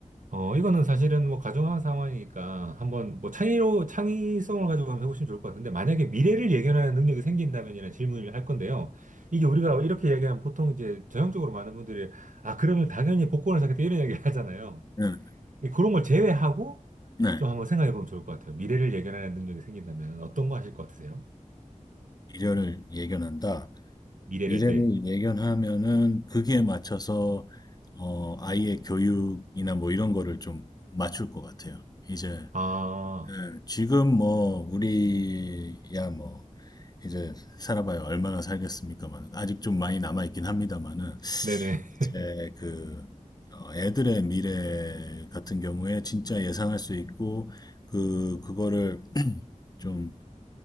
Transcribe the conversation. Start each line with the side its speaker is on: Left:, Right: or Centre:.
Right: 어, 이거는 사실은 뭐 가정한 상황이니까 한번 뭐 창의로 창의성을 가지고 한번 해보시면 좋을 것 같은데 만약에 미래를 예견하는 능력이 생긴다면이라는 질문을 할 건데요. 이게 우리가 이렇게 얘기하면 보통 이제 전형적으로 많은 분들이 아, 그러면 당연히 복권을 사겠다 이런 이야기를 하잖아요.
Left: 네,
Right: 이- 그런 걸 제외하고
Left: 네.
Right: 좀 한번 생각해 보면 좋을 것 같아요. 미래를 예견하는 능력이 생긴다면 어떤 거 하실 것 같으세요?
Left: 미래를 예견한다.
Right: 미래를
Left: 미래를
Right: 네.
Left: 예견하면은 거기에 맞춰서 어, 아이의 교육이나 뭐 이런 거를 좀 맞출 것 같아요. 이제
Right: 아,
Left: 예, 지금 뭐 우리야 뭐 이제 살아봐야 얼마나 살겠습니까만 아직 좀 많이 남아 있긴 합니다만은
Right: 네네.
Left: 이제
Right: <laughs>
Left: 그 어, 애들의 미래 같은 경우에 진짜 예상할 수 있고 그 그거를 <clears throat> 좀